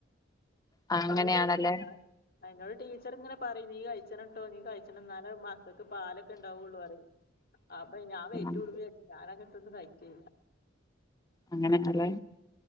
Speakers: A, on the left; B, on the left.
A: ആ,
B: എന്നോട്
A: അങ്ങനെയാണല്ലേ
B: ആ എന്നോട് ടീച്ചർ ഇങ്ങനെ പറയും നീ കഴി ക്കണട്ടോ. നീ കഴിച്ചണം എന്നാലേ മക്കൾക്ക് പാലൊക്കെ ഇണ്ടാവുള്ളൂ പറയും. അപ്പൊ ഞാൻ വെയിറ്റ്
A: ഉം
B: കൂടുമ്പയേക്കും ഞാനങ്ങനത്തൊന്നും കഴിക്കയേല്ല
A: അങ്ങനെ അല്ലേ